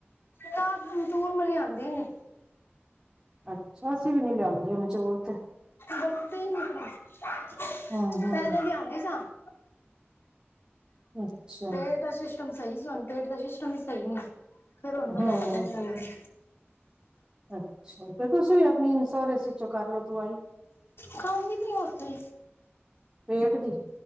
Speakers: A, on the left; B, on the right.
A: ਤਾਂ ਆਮਚੂਰ ਵਾਲੇ ਆਉਂਦੇ ਨੇ।
B: ਅੱਛਾ। ਅਸੀਂ ਵੀ ਨੀ ਨਹੀਂ ਲਿਆਉਂਦੇ ਆਮਚੂਰ।
A: ਵਰਤਦੀ ਨਹੀਂ ਸਾ।
B: ਹਮ ਹਮ
A: ਪਹਿਲੇ ਲਿਆਉਂਦੇ ਸਾਂ। <inaudible>
B: ਅੱਛਾ।
A: ਫੇਰ ਤਾਂ ਸਿਸਟਮ ਸਹੀ ਸੀ। ਹੁਣ ਪੇਟ ਦਾ ਸਿਸਟਮ ਹੀ ਸਹੀ ਨਹੀਂ। ਫੇਰ ਹੁਣ ਮੈਂ
B: ਹਾਂ
A: ਲੈ ਕੇ ਨਹੀਂ ਆਉਂਦੀ।
B: ਅੱਛਾ। ਤੇ ਤੁਸੀਂ ਵੀ ਆਪਣੀ ਇਨਸੋਰਸ ਚੋਂ ਕਰਲਓ ਦਵਾਈ।
A: ਖਾਂਦੀ ਪੀਆ ਓ ਤੇ,
B: ਪੇਟ ਦੀ